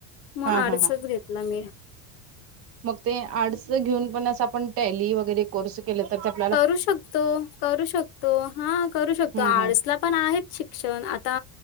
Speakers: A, on the left; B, on the right.
A: मग
B: हा
A: आर्टसच
B: हा हा
A: घेतल मी
B: मग ते आर्टस घेऊन पण असं आपण टॅली वगैरे कोर्स केलतर आपला
A: करू शकतो करू शकतो हा करू शकतो
B: हम्म
A: आडसला
B: हम्म
A: पण आहेत शिक्षण आता